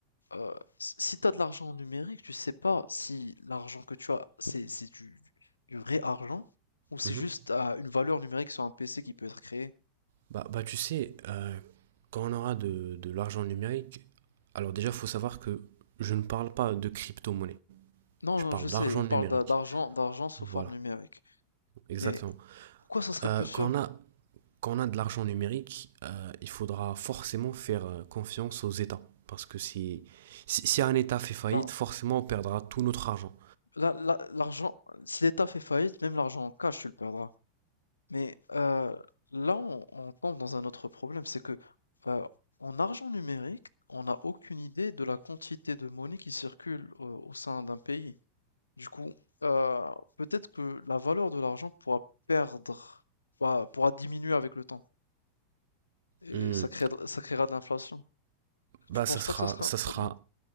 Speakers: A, on the left (about 75°); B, on the right (about 55°).
A: euh, s- si tu as de l'argent en numérique, tu sais pas si l'argent que tu as, c'est, c'est du, du vrai argent ou c'est
B: Mhm.
A: juste euh, une valeur numérique sur un PC qui peut être créée.
B: Bah, bah tu sais, euh, quand on aura de, de l'argent numérique, alors déjà, il faut savoir que je ne parle pas de crypto-monnaie,
A: Non,
B: je
A: non,
B: parle
A: je
B: d'argent
A: sais, on
B: numérique.
A: parle d'a- d'argent, d'argent sous
B: Voilà,
A: forme numérique.
B: exactement.
A: Mais pourquoi ça serait
B: Euh,
A: plus sûr?
B: quand on a, quand on a de l'argent numérique, euh, il faudra forcément faire euh, confiance aux États. Parce que si, si, si un État fait faillite,
A: Ben,
B: forcément on perdra tout notre argent.
A: la- la- l'argent, si l'État fait faillite, même l'argent en cash, tu le perdras. Mais euh, là, on, on tombe dans un autre problème, c'est que euh, en argent numérique, on n'a aucune idée de la quantité de monnaie qui circule au, au sein d'un pays. Du coup, euh, peut-être que la valeur de l'argent pourra perdre, pourra, pourra diminuer avec le temps, et
B: Hmm.
A: ça créera, ça créera de l'inflation.
B: Bah,
A: Tu penses
B: ça sera,
A: pas que ça sera
B: ça
A: un problème?
B: sera,